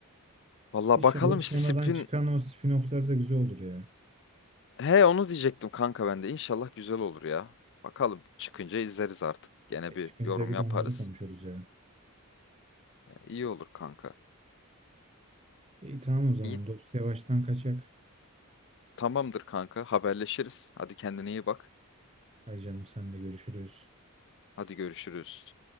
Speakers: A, on the left; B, on the right.
A: Valla
B: İnşallah
A: bakalım
B: sonradan
A: işte Spin.
B: çıkan o spin-off'lar da güzel olur ya.
A: He onu diyecektim kanka ben de. İnşallah güzel olur ya. Bakalım çıkınca izleriz artık. Gene
B: E,
A: bir
B: çıkınca
A: yorum
B: bir
A: yaparız.
B: de onları konuşuruz ya.
A: E, İyi olur kanka.
B: İyi tamam o zaman
A: İyi
B: dost yavaştan kaçak.
A: tamamdır kanka haberleşiriz. Hadi kendine iyi bak.
B: Hay canım sen de görüşürüz.
A: Hadi görüşürüz.